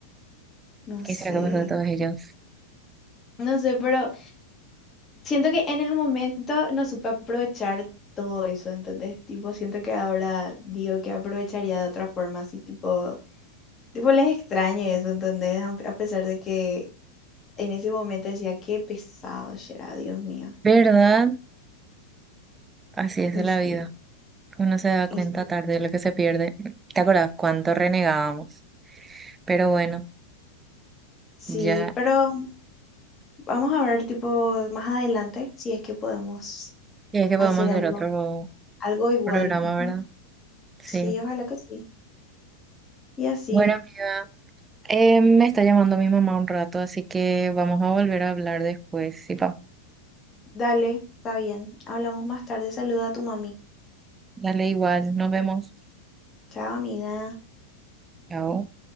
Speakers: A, on the left; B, on the right.
A: no
B: ¿Qué
A: sé.
B: será que pasó de todos ellos?
A: No sé, pero siento que en el momento no supe aprovechar todo eso, ¿entendés? Tipo, siento que ahora digo que aprovecharía de otra forma, así tipo, tipo les extrañe eso, ¿entendés? A a pesar de que en ese momento decía, qué pesado será, Dios mío.
B: ¿Verdad? Así es
A: Y
B: la
A: sí,
B: vida. Uno se da
A: y
B: cuenta
A: sí.
B: tarde de lo que se pierde. ¿Te acuerdas cuánto renegábamos? Pero bueno,
A: Sí,
B: ya,
A: pero Vamos a ver, tipo, más adelante, si es que podemos
B: ya es que
A: hacer
B: podemos hacer
A: algo,
B: otro
A: algo igual.
B: programa,
A: Ujú.
B: ¿verdad? Sí.
A: Sí, ojalá que sí. Y así,
B: Bueno, amiga, eh, me está llamando mi mamá un rato, así que vamos a volver a hablar después. Sí, pa.
A: dale, está bien. Hablamos más tarde. Saluda a tu mami.
B: Dale igual, nos vemos.
A: Chao, amiga.
B: Chao.